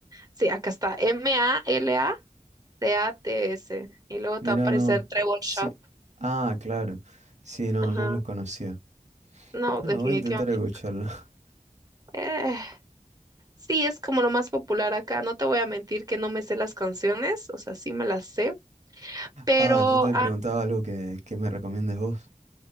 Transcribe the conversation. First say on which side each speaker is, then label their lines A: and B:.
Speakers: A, on the right; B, on the right.
A: Sí, acá está. M-A-L-A-T-A-T-S. Y luego
B: Mira,
A: te va a aparecer
B: no.
A: Trevor
B: Sí.
A: Shop.
B: Ah, claro. Sí, no,
A: Ajá.
B: no los conocía.
A: No,
B: Bueno,
A: definitivamente.
B: voy a intentar escucharlo. <laughs>
A: Eh, sí, es como lo más popular acá. No te voy a mentir que no me sé las canciones. O sea, sí me las sé. Pero,
B: Ah, yo te
A: ah,
B: preguntaba algo que, que me recomiendes vos.